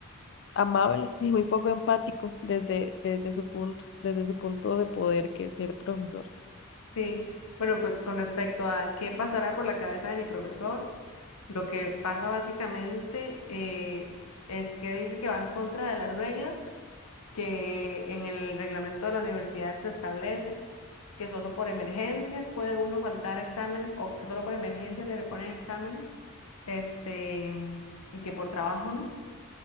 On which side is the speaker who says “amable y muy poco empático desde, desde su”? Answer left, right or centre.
Left